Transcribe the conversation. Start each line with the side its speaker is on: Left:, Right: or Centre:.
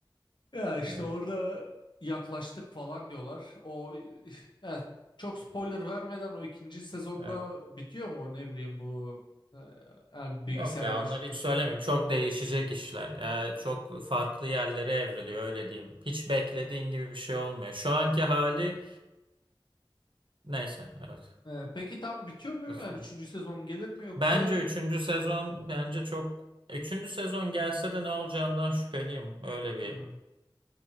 Left: Ya işte
Right: Evet.
Left: orada yaklaştık falan diyorlar. O <laughs> ya çok spoiler vermeden o ikinci sezonda
Right: Evet.
Left: bitiyor mu ne bileyim bu e, yani bilgisayar
Right: Yok ya
Left: başında
Right: onları hiç
Left: şey.
Right: söylemeyeyim. Çok değişecek işler. Ya çok farklı yerlere evriliyor öyle diyeyim. Hiç beklediğin gibi bir şey olmuyor. Şu anki hali neyse evet.
Left: E, peki tam bitiyor mu? Yani
Right: Hızlı.
Left: üçüncü sezon gelir mi yoksa
Right: Bence üçüncü sezon bence çok üçüncü sezon gelse de ne olacağından şüpheliyim. Öyle bir
Left: Hmm,